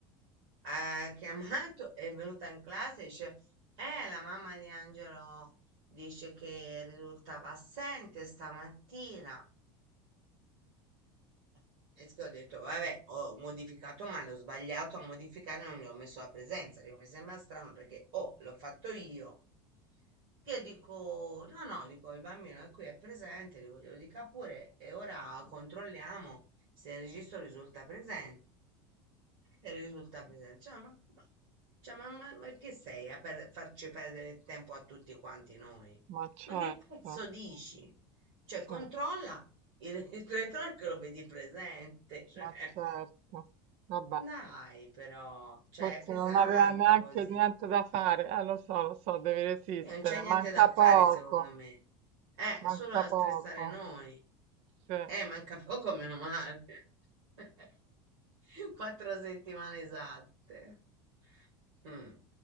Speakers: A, on the right; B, on the right.
A: ha chiamato, è venuta in classe e dice, eh, la mamma di Angelo dice che risultava assente stamattina. Eh. E s- che ho detto, vabbè, ho modificato male, ho sbagliato a modificare, non gli ho messo la presenza. Dico, mi sembra strano perché, oh, l'ho fatto io. Che dico, no, no, dico, il bambino è qui, è presente, dico, glielo dica pure e ora controlliamo se il registro risulta presente. E risulta pesante. Cioè, ma, ma- cioè, ma- ma- ma che sei a per- farci perdere il tempo a tutti quanti noi?
B: ma certo,
A: Ma che cazzo dici? Cioè, controlla
B: sì,
A: il <laughs> retrotrack che lo vedi presente. <laughs> Cioè,
B: ma certo. Vabbè.
A: dai, però, cioè,
B: Forse
A: è pesante
B: non aveva neanche
A: così.
B: niente da fare, eh lo so, lo so, devi resistere,
A: E Non c'è niente
B: manca
A: da
B: poco,
A: fare, secondo me. Eh,
B: manca
A: solo da stressare
B: poco,
A: noi.
B: sì.
A: Eh, manca poco, meno male. <laughs> Quattro settimane esatte. Mm.